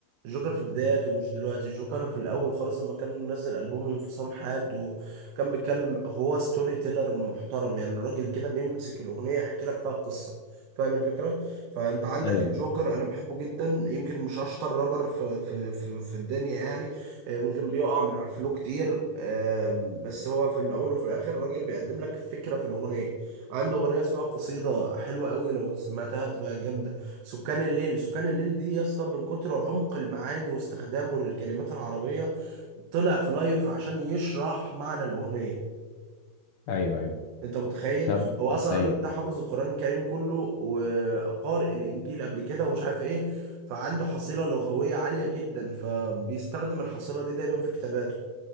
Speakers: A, on the right; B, on the left.
A: جوكر في بداياته مش دلوقتي جوكر في الاول خالص لما كان منزل البوم انفصام حاد وكان بيتكلم هو ستوري تيلر محترم يعني الراجل كده بيمسك الاغنيه يحكي لك فيها القصه فاهم الفكره فانت عندك
B: ايوه
A: الجوكر انا بحبه جدا يمكن مش اشطر رابر في في في, في الدنيا يعني آه، ممكن بيقع من على الفلو كتير آه، بس هو في الاول وفي الاخر الراجل بيقدم لك فكره في الاغنيه عنده اغنيه اسمها قصيده حلوه قوي لو سمعتها تبقى جامده سكان الليل سكان الليل دي يا اسطى من كتر عمق المعاني واستخدامه للكلمات العربيه طلع في لايف عشان يشرح معنى الاغنيه
B: ايوه ايوه
A: انت متخيل
B: طب
A: هو اصلا
B: ايوه
A: الراجل ده حافظ القران الكريم كله وقارئ الانجيل قبل كده ومش عارف ايه فعنده حصيله لغويه عاليه جدا فبيستخدم الحصيله دي دايما في كتاباته